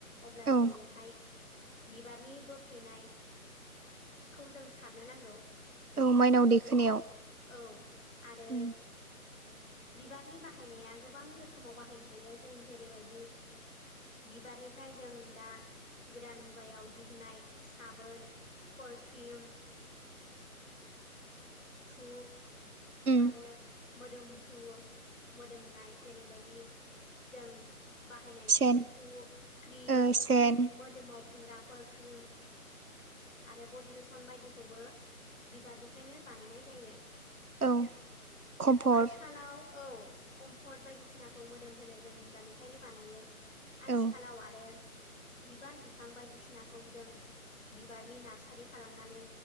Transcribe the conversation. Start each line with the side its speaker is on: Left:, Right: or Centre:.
Left: अब्ला
Right: औ
Left: जों बेवहाय बिबारनि बोफ्लेनायखौ जों सारनो नांगौ
Right: औ माइनाव दैखोनायाव
Left: औ आरो
Right: उम
Left: बिबारनि बाहायनाया गोबां रोखोमाव बाहायनो हायो जों जेरैबायदि बिबारनिफ्राय जों दा गोदान मुगायाव दिहुननाय साबोन पारफिउम धुप
Right: उम
Left: आरो मोदोमफ्रु मोदोमनाय जेरैबायदि जों बाहायनाय
Right: सेन
Left: सेम्पु क्रिम
Right: ओ सेन
Left: मोदोमाव फुनग्रा पारफिउम आरो बडि लसन बायदिखौबो बिबारनिफ्रायनो बानायनाय जायो
Right: औ कम्फर्ट
Left: आथिखालाव औ कमफर्ट बायदिसिनाखौ मोदोम होनो जों बिबारनिफ्रायनो बानायो आथिखालाव
Right: औ
Left: आरो बिबार बिफां बायदिसिनाखौ जों बिबारनि नार्सारि खालामनानै